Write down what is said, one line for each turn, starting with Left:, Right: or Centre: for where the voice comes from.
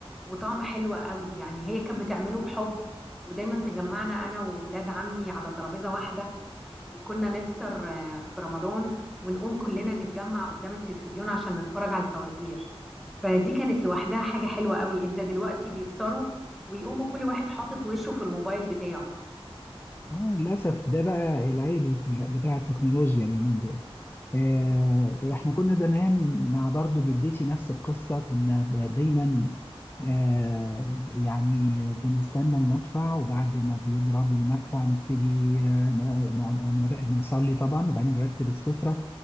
Centre: وطعم حلو قوي يعني هي كانت بتعمله بحب ودايما تجمعنا انا وولاد عمي على ترابيزه واحده وكنا نفطر آه، في رمضان ونقوم كلنا نتجمع قدام التلفزيون عشان نتفرج على الفوازير فدي كانت لوحدها حاجة حلوة قوي انت دلوقتي بيفطروا ويقوموا كل واحد حاطط وشه في الموبايل بتاعه
Left: اه للاسف ده بقى العيب بتاع التكنولوجيا اليومين دول آه، احنا كنا زمان مع برضو جدتي نفس القصة كنا دايما آه، يعني بنستنى المدفع وبعد ما بيضرب المدفع نبتدي آه، ن- ن- ن- نصلي طبعا وبعدين نرتب السفرة